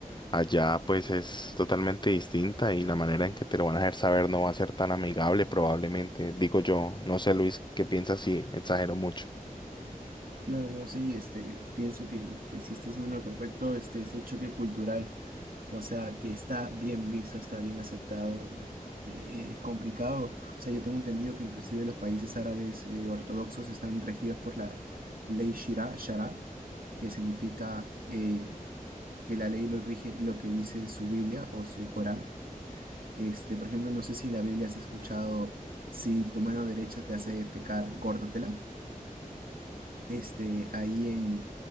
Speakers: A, on the left; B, on the right.
A: allá pues es totalmente distinta y la manera en que te lo van a hacer saber no va a ser tan amigable probablemente, digo yo, no sé Luis, ¿qué piensas si exagero mucho?
B: No, no, sí, este, pienso que, que sí estás en lo correcto, este, ese choque cultural. O sea, que está bien visto, está bien aceptado. eh, eh, Es complicado. O sea, yo tengo entendido que inclusive los países árabes eh, ortodoxos están regidos por la ley Shira, Shara, que significa eh, que la ley lo rige lo que dice su Biblia o su Corán. Este, por ejemplo, no sé si en la Biblia has escuchado, si tu mano derecha te hace pecar, córtatela. Este, ahí en,